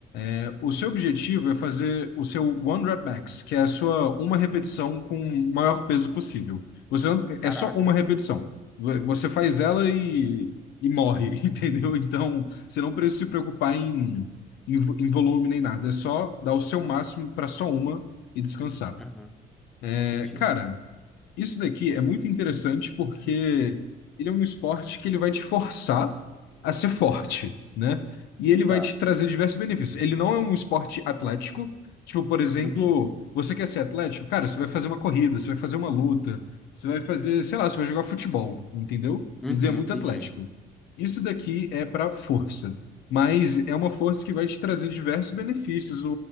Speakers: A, on the left; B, in the centre.
A: É, O seu objetivo é fazer o seu one rep max, que é a sua uma repetição com o maior peso possível. Você não-
B: Caraca.
A: é só uma repetição. Vo- Você faz ela e, e morre, <laughs> entendeu? Então, você não precisa se preocupar em, em, vo- em volume nem nada. É só dar o seu máximo para só uma e descansar.
B: Aham.
A: É,
B: Entendi.
A: cara. Isso daqui é muito interessante porque ele é um esporte que ele vai te forçar a ser forte, né? E ele vai
B: Tá.
A: te trazer diversos benefícios. Ele não é um esporte atlético. Tipo, por exemplo,
B: Uhum.
A: você quer ser atlético? Cara, você vai fazer uma corrida, você vai fazer uma luta, você vai fazer, sei lá, você vai jogar futebol, entendeu?
B: Uhum.
A: Isso é muito
B: Entendi.
A: atlético. Isso daqui é para força, mas é uma força que vai te trazer diversos benefícios